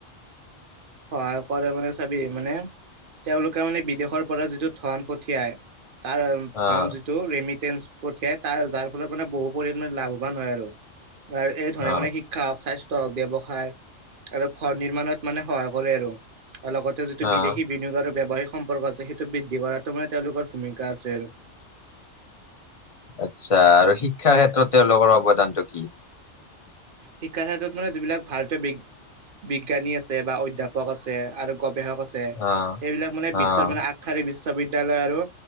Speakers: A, on the right; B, on the left.
A: সহায় কৰে মানে চাবি মানে তেওঁলোকে মানে বিদেশৰ পৰা যিটো ধন পঠিয়াই‌ তাৰ
B: অ'
A: ধন যিটো ৰেমিটেঞ্চ পঠিয়াই তাৰ যাৰ ফলত মানে বহু পৰিণামে লাভ ৱান হয় আৰু আৰু এই ধৰণে
B: অ'
A: মানে শিক্ষা হওক স্বাস্থ্য হওক ব্যৱসায় আৰু ঘৰ নিৰ্মাণত মানে হয়। কৰে আৰু আৰু লগতে যিটো
B: অ'
A: বিদেশী, বিনিয়োগ আৰু ব্যৱসায়িক সম্পৰ্ক আছে সেইটো বৃদ্ধি কৰাটো মানে তেওঁলোকৰ ভূমিকা আছে আৰু
B: আচ্ছা আৰু শিক্ষাৰ ক্ষেত্ৰত তেওঁলোকৰ অৱদানতটো কি।
A: শিক্ষাৰ ক্ষেত্ৰত মানে যিবিলাক ভাৰতীয় বি বিজ্ঞানী আছে বা অধ্যয়াপক আছে আৰু গৱেষক আছে
B: অ',
A: সেইবিলাক মানে
B: অ',
A: বিশ্বৰ মানে আ খাৰী বিশ্ববিদ্যালয় আৰু